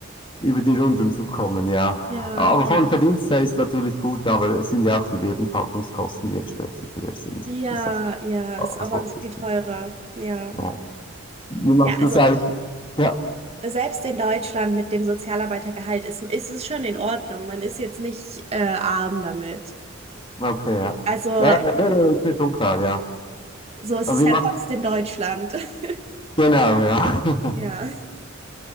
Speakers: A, on the left (about 25°); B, on the right (about 30°).
A: über die Runden zu kommen, ja.
B: ja,
A: Aber
B: ja.
A: vom Verdienst her ist natürlich gut, aber es sind ja auch die Lebenshaltungskosten, die entsprechend höher sind.
B: Ja,
A: Ist ja
B: ja,
A: klar,
B: ist
A: was
B: auch alles
A: lohnt sich
B: viel teurer.
A: tun.
B: Ja.
A: Ja. Wie machst
B: Ja, also
A: du das eigentlich? Ja,
B: selbst in Deutschland mit dem Sozialarbeitergehalt ist, ist es schon in Ordnung. Man ist jetzt nicht äh, arm damit.
A: okay, ja.
B: Also,
A: Ja, ja, nee, nee, ist mir schon klar, ja.
B: so ist
A: Aber
B: es ist
A: wie
B: ja
A: macht
B: trotzdem Deutschland. <laughs>
A: genau, ja. <laughs>
B: Ja.